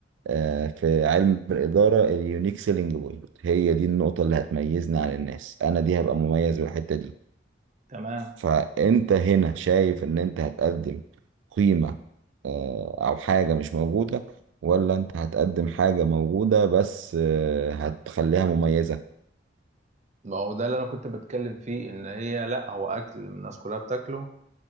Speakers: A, on the right; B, on the right.
A: آه في علم الإدارة اليونيك سيلينج بوينت هي دي النقطة اللي هتميزني عن الناس أنا دي هبقى مميز بالحتة دي
B: تمام
A: فأنت هنا شايف إن أنت هتقدم قيمة آه أو حاجة مش موجودة ولا أنت هتقدم حاجة موجودة بس آه هتخليها مميزة
B: ما هو ده اللي انا كنت بتكلم فيه ان هي لا هو اكل الناس كلها بتاكله